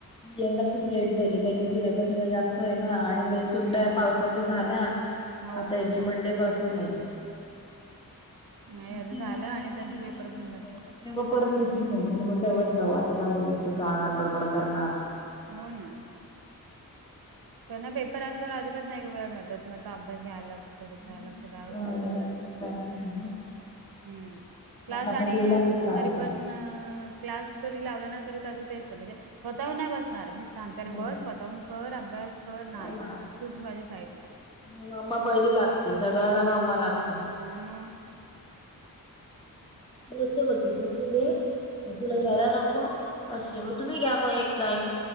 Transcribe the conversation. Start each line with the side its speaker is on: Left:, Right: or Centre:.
Left: यंदा खूप लेट झाली कारण तिलापसना जास्त आहे ना आणि म सुट्ट्या
Right: हम्म हम्म
Left: पावसाच्या झाल्या आता
Right: हो
Left: ह्याची
Right: हो हो
Left: मंडे पासून आहे.
Right: नाही
Left: ती
Right: ह्याचं झालं
Left: झाला
Right: आणि
Left: बघायला
Right: त्यांचं पेपर
Left: बोलवतील
Right: पण दाखव
Left: परत‌. तेव्हा परत मीटिंग होईल मग तेव्हाच जाऊ आता जाऊ दे मसतर जाणार बडबड करणार.
Right: हो ना. पण ना पेपर असल्यावर अजिबात नाही वेळ भेटत मग त अभ्यास घ्यायला लागतो थोडस
Left: हा,
Right: लक्ष द्यावच लागतो.
Left: याला तसा त्रास नाही
Right: हम.
Left: ना.
Right: हम्म. क्लास
Left: आता
Right: आणि
Left: गेला तो क्लासला.
Right: तरी पण् अ् क्लास जरी लावला ना तरी त्याच तेचं हाय. म्हणजे स्वतःहून नाही बसणार मी सांगते अरे
Left: हम्म.
Right: बस स्वतःहून कर अभ्यास. कर नाही
Left: हो ना
Right: तूच पाहिजे साईड ला.
Left: मम्मा पहिली
Right: पप्पा
Left: लागते
Right: ची जागा
Left: सगळ्याला
Right: सगळ्यांना
Left: मम्मा लागते
Right: मोबाईल. आम‌.
Left: नुस्ते बोलती मग तू घे. मग तुला
Right: हा
Left: घ्यायला नको अशी मग तुम्ही घ्या मग एक टाईम.